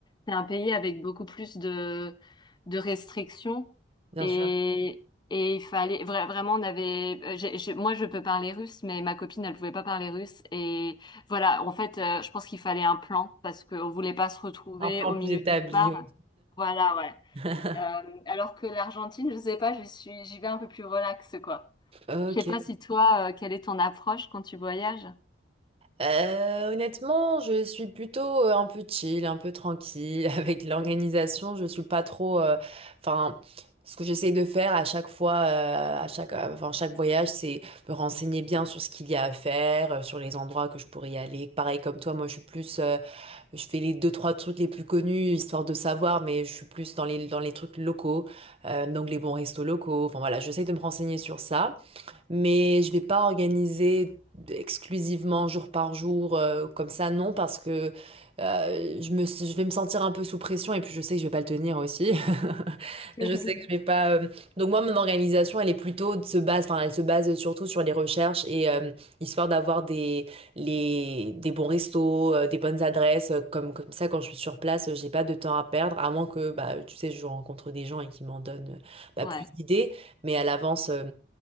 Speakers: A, on the left; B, on the right.
A: c'est un pays avec beaucoup plus de, de restrictions.
B: bien
A: Et,
B: sûr.
A: et il fallait vra- vraiment, on avait, euh, j'ai- j'ai- moi, je peux parler russe, mais ma copine, elle pouvait pas parler russe. Voilà, en fait, euh, je pense qu'il fallait un plan parce qu'on voulait pas se retrouver
B: Un plan
A: au
B: plus
A: milieu
B: établi,
A: de nulle part.
B: oui.
A: Voilà, ouais.
B: <laughs>
A: Euh, alors que l'Argentine, je sais pas, je suis, j'y vais un peu plus relax, quoi.
B: Ok.
A: Je sais pas si toi, euh, quelle est ton approche quand tu voyages?
B: Euh, honnêtement, je suis plutôt euh, un peu chill, un peu tranquille <laughs> avec l'organisation. Je suis pas trop. euh, Enfin, ce que j'essaye de faire à chaque fois, euh, à chaque, euh, enfin, chaque voyage, c'est me renseigner bien sur ce qu'il y a à faire, euh, sur les endroits que je pourrais y aller. Pareil comme toi, moi, je suis plus. euh, je fais les deux trois trucs les plus connus histoire de savoir, mais je suis plus dans les dans les trucs locaux, euh, donc les bons restos locaux. Enfin voilà, j'essaye de me renseigner sur ça mais je vais pas organiser exclusivement jour par jour euh, comme ça, non, parce que euh, je me, je vais me sentir un peu sous pression et puis je sais que je vais pas le tenir aussi. <laughs>
A: <laughs>
B: Je sais que je vais pas. euh, Donc moi, mon organisation, elle est plutôt de se base, enfin, elle se base surtout sur les recherches et euh, histoire d'avoir des les des bons restos, euh, des bonnes adresses, euh, comme comme ça quand je suis sur place, euh, j'ai pas de temps à perdre, à moins que bah tu sais, je rencontre des gens et qui m'en donnent euh, bah,
A: Ouais,
B: plus d'idées, mais à l'avance. euh,